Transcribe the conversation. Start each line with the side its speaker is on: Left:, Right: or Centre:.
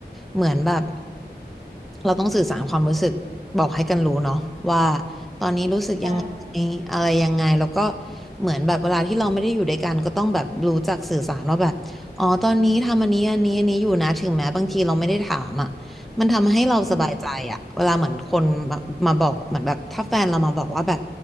Centre: เหมือนแบบเราต้องสื่อสารความรู้สึกบอกให้กันรู้เนาะว่าตอนนี้รู้สึกยังไงอะไรยังไงแล้วก็
Right: ใช่
Centre: เหมือนแบบเวลาที่เราไม่ได้อยู่ด้วยกันก็ต้องแบบรู้จักสื่อสารว่าแบบอ๋อตอนนี้ทำอันนี้อันนี้อันนี้อยู่นะถึงแม้บางทีเราไม่ได้ถามอ่ะ มันทำให้เราสบายใจอะเวลาเหมือนคนมามาบอกเหมือนแบบถ้าแฟนเรามาบอกว่าแบบ
Right: อืม